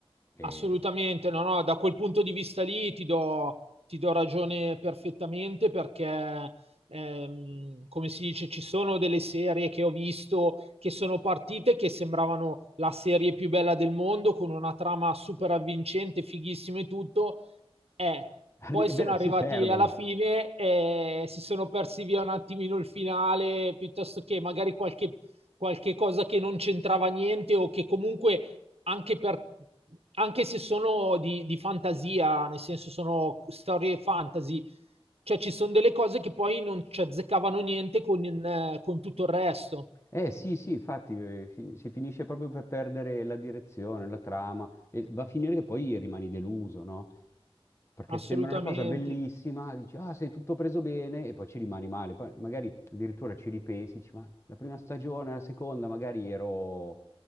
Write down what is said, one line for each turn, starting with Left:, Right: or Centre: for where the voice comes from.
Left: e,
Right: Assolutamente, no, no, da quel punto di vista lì ti do, ti do ragione perfettamente perché, ehm, come si dice, ci sono delle serie che ho visto che sono partite che sembravano la serie più bella del mondo, con una trama super avvincente, fighissima e tutto, e
Left: <laughs>
Right: poi
Left: è
Right: sono
Left: vero,
Right: arrivati
Left: si perdono.
Right: alla fine e si sono persi via un attimino il finale, piuttosto che magari qualche qualche cosa che non c'entrava niente o che comunque anche, per, anche se sono di, di fantasia, nel senso sono storie fantasy, cioè ci sono delle cose che poi non ci azzeccavano niente con, eh, con tutto il resto,
Left: Eh sì, sì, infatti eh, fi- si finisce proprio per perdere la direzione, la trama, e va a finire che poi rimani deluso, no? Perché
Right: assolutamente.
Left: sembra una cosa bellissima, dici, ah, sei tutto preso bene, e poi ci rimani male. Poi magari addirittura ci ripensi, dici, ma la prima stagione, la seconda, magari ero